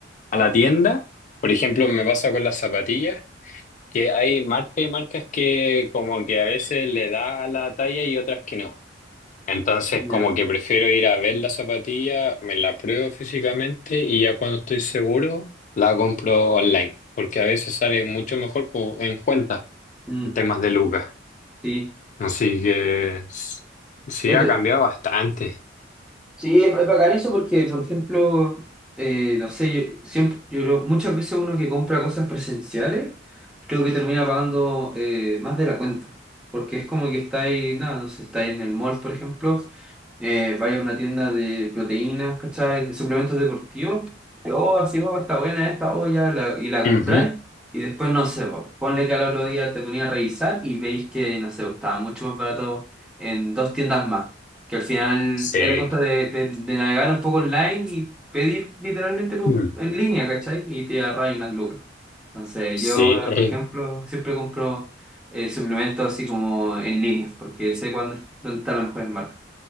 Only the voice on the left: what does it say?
a la tienda. Por ejemplo, me pasa con las zapatillas, que hay marcas y marcas que como que a veces le da la talla y otras que no. Entonces,
como que prefiero ir a ver la zapatilla, me la pruebo físicamente y ya cuando estoy seguro, la compro online, porque a veces sale mucho mejor co- en cuenta
en temas de lucas.
Así que s- sí
ha
cambiado bastante.
Ujú.
Sí,
<clears throat> Mm.
sí.